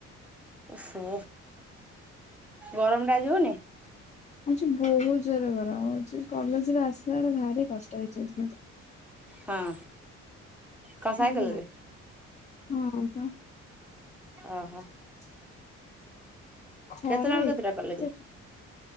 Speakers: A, in the centre; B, on the left.
A: ଓହୋ ଗରମ୍ ଟା ଆଜି ହଉନି?
B: ଆଜି ବହୁତ୍ ଜୋରରେ ଗରମ୍ ହଉଚି କଲେଜ୍ ରେ ଆସିଲା ବଳେ ଭାରି କଷ୍ଟ ହେଇଚି ଆଜି କିନ୍ତୁ।
A: ହଁ। କଣ
B: <unintelligible>
A: ସାଇକେଲରେ
B: ହଁ ବା।
A: ଓହୋ।
B: <inaudible> ଖରା
A: କେତେଟାରୁ
B: ଏତେ
A: କେତେଟା କଲେଜ?
B: <unintelligible>